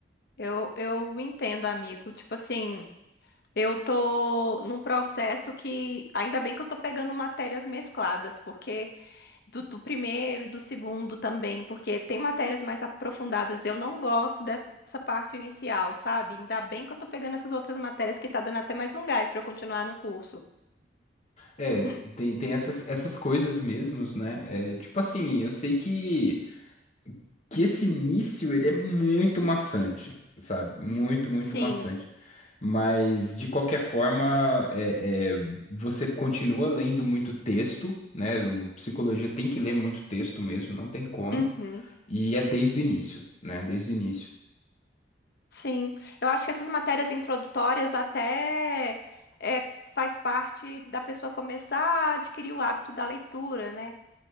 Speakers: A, on the left (about 60°); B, on the left (about 40°).
A: Eu, eu entendo, amigo. Tipo assim, eu tô num processo que ainda bem que eu tô pegando matérias mescladas, porque do, do primeiro e do segundo também, porque tem matérias mais aprofundadas. Eu não gosto dessa parte inicial, sabe? Ainda bem que eu tô pegando essas outras matérias que tá dando até mais um gás pra eu continuar no curso.
B: É,
A: Uhum.
B: tem, tem essas, essas coisas mesmos, né? É, tipo assim, eu sei que. que esse início ele é muito maçante, sabe? Muito, muito
A: Sim.
B: maçante. Mas de qualquer forma, é, é, você continua lendo muito texto, né? O psicologia tem que ler muito texto mesmo, não tem como.
A: Uhum.
B: E é desde o início, né? Desde o início.
A: Sim, eu acho que essas matérias introdutórias até é, faz parte da pessoa começar a adquirir o hábito da leitura, né?